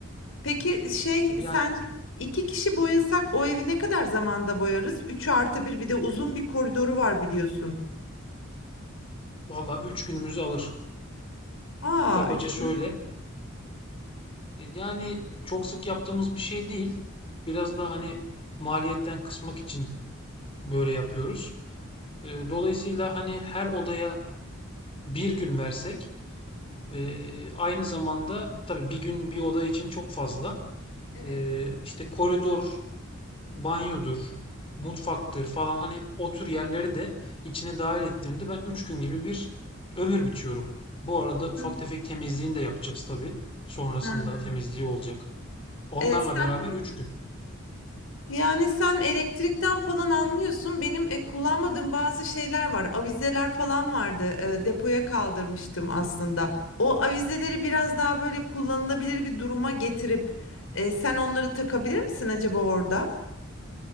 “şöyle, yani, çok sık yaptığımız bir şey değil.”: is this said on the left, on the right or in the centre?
Left